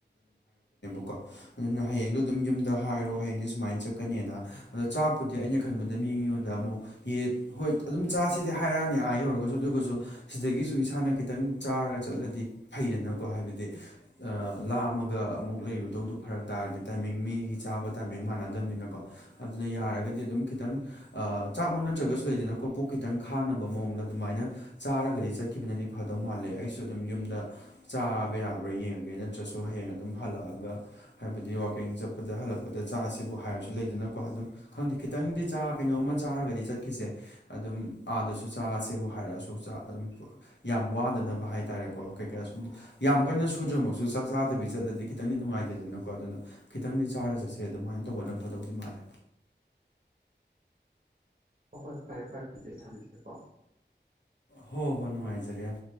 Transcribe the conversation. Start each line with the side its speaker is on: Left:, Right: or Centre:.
Left: ꯀꯣ ꯑꯗꯨꯅ ꯍꯌꯦꯡꯖꯨ ꯑꯗꯨ ꯌꯨꯝꯗ ꯍꯥꯏꯔꯣ ꯍꯌꯦꯡꯁ‌ꯦ ꯁꯨꯃꯥꯏꯅ ꯆꯠꯀꯅꯦꯅ ꯑꯗꫭ ꯆꯥꯛꯄꯨꯗꯤ ꯑꯩꯅ ꯈꯟꯕꯗ ꯃꯤ ꯑꯩꯉꯣꯟꯗ ꯑꯃꯨꯛ ꯌꯦꯠ ꯍꯣꯏ ꯑꯗꯨꯝ ꯆꯥꯔꯁꯤꯗꯤ ꯍꯥꯏꯔꯛꯑꯅꯤ ꯑꯥ ꯌꯧꯔꯒꯁꯨ ꯑꯗꯨꯒꯁꯨ ꯁꯤꯗꯒꯤꯁꯨ ꯏꯁꯥꯅ ꯈꯤꯇꯪ ꯆꯥꯔꯒ ꯆꯠꯂꯗꯤ ꯐꯩꯗꯅꯀꯣ ꯍꯥꯏꯕꯗꯤ ꯂꯥꯝꯃꯒ ꯑꯃꯨꯛ ꯂꯩꯕꯗꯧꯗꯨ ꯐꯔꯛ ꯇꯥꯔꯗꯤ ꯇꯥꯏꯃꯤꯡ ꯃꯤꯒꯤ ꯆꯥꯕ ꯇꯥꯏꯃꯤꯡ ꯃꯥꯟꯅꯗꯕꯅꯤꯅꯀꯣ ꯑꯗꯨꯅ ꯌꯥꯔꯒꯗꯤ ꯑꯗꯨꯝ ꯈꯤꯇꯪ ꯆꯥꯛ ꯅ꯭ꯔꯒꯁꯨ ꯂꯩꯗꯅꯀ ꯄꯨꯛ ꯈꯤꯇꯪ ꯈꯥꯡꯅꯕ ꯃꯑꯣꯡꯗ ꯑꯗꯨꯃꯅ ꯆꯔ ꯀꯗꯤ ꯆꯠꯈꯤꯕꯅꯗꯤ ꯐꯗꯧ ꯃꯥꯜꯂꯦ ꯑꯩꯁꯨ ꯑꯗꯨꯝ ꯌꯨꯝꯗ ꯆꯥꯕ ꯌꯥꯕ꯭ꯔꯥ ꯌꯦꯡꯉꯒꯦ ꯅꯠꯇ꯭ꯔꯁꯨ ꯍꯌꯦꯡ ꯑꯗꯨꯝ ꯍꯜꯂꯛꯑꯒ ꯍꯥꯏꯕꯗꯤ ꯋꯥꯋꯀꯤꯡ ꯆꯠꯄꯗ ꯍꯜꯂꯛꯄꯗ ꯆꯥꯁꯤꯕꯨ ꯍꯥꯏꯔꯁꯨ ꯂꯩꯗꯅꯀꯣ ꯑꯗꯨꯝ ꯈꯪ ꯈꯤꯇꯪꯗꯤ ꯆꯥ ꯀꯩꯅꯣꯝꯃ ꯆꯥꯔꯒꯗꯤ ꯆꯠꯈꯤꯁꯦ ꯑꯗꯨꯝ ꯑꯥꯗꯁꯨ ꯆꯥꯔꯁꯦꯕꯨ ꯍꯥꯏꯔꯛꯑꯁꯨ ꯆ ꯌꯥꯝ ꯋꯥꯗꯅꯕ ꯍꯥꯏꯇꯥꯔꯦꯀꯣ ꯀꯩꯀꯥ ꯁꯨꯝ ꯌꯥꯝ ꯀꯟꯅ ꯁꯨꯗ꯭ꯔꯃꯛꯁꯨ ꯆꯥꯛ ꯆꯥꯗꯕꯤ ꯆꯠꯂꯗꯤ ꯈꯤꯇꯪꯗꯤ ꯅꯨꯡꯉꯥꯏꯇꯦꯗꯅꯀꯣ ꯑꯗꯨꯅ ꯈꯤꯇꯪꯗꯤ ꯆꯥꯔ ꯆꯠꯁꯦ ꯑꯗꯨꯃꯥꯏꯅ ꯇꯧꯕꯅ ꯐꯗꯧꯗꯤ ꯃꯥꯜꯂꯦ꯫
Right: ꯍꯣꯏ ꯐꯔꯦ-ꯐꯔꯦ ꯑꯗꯨꯗꯤ ꯊꯝꯒꯦꯀꯣ꯫
Left: ꯍꯣꯏ-ꯍꯣꯏ ꯅꯨꯡꯉꯥꯏꯖꯔꯦ ꯌꯥꯝ꯫